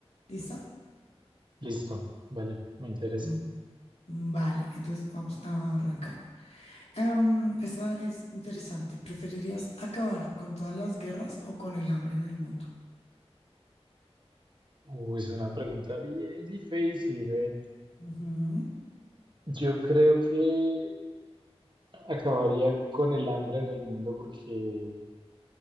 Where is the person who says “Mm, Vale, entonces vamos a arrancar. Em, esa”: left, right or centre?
Left